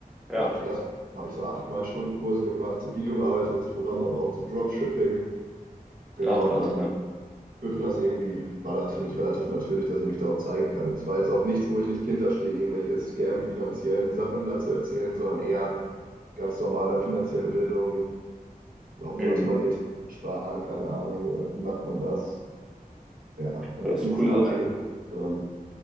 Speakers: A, in the centre; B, on the right (about 70°).
A: ja.
B: Da habe ich erst, da habe ich so acht, neun Stunden Kurse gemacht zu Videobearbeitungsprogrammen, aber auch zu Dropshipping. Genau,
A: Ach, krass,
B: und dann
A: ja.
B: führte das irgendwie, war das für mich relativ natürlich, dass ich mich da auch zeigen kann. Es war jetzt auch nichts, wo ich nicht hinterstehe, irgendwelche Scam-finanziellen Sachen da zu erzählen, sondern eher ganz normale finanzielle Bildung. Warum sollte
A: Mhm.
B: man ETF sparen? Keine Ahnung. äh, Wie macht man das? Ja, und
A: Ja,
B: jetzt
A: Das ist
B: nicht
A: coole
B: zu meinem eigenen
A: Sache.
B: Kurs, sondern